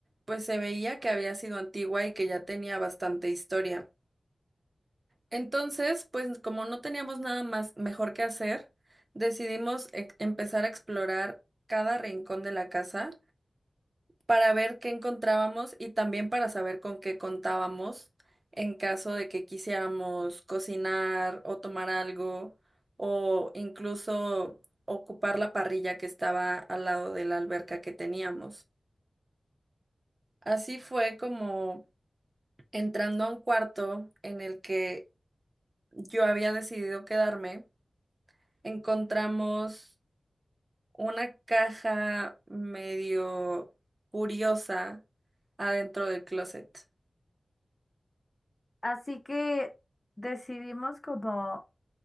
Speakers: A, on the right; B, on the left.
A: pues se veía que había sido antigua y que ya tenía bastante historia. Entonces, pues como no teníamos nada más mejor que hacer, decidimos e- empezar a explorar cada rincón de la casa para ver qué encontrábamos y también para saber con qué contábamos en caso de que quisiéramos cocinar o tomar algo o incluso ocupar la parrilla que estaba al lado de la alberca que teníamos. Así fue como entrando a un cuarto en el que yo había decidido quedarme, encontramos una caja medio curiosa adentro del closet.
B: Así que decidimos como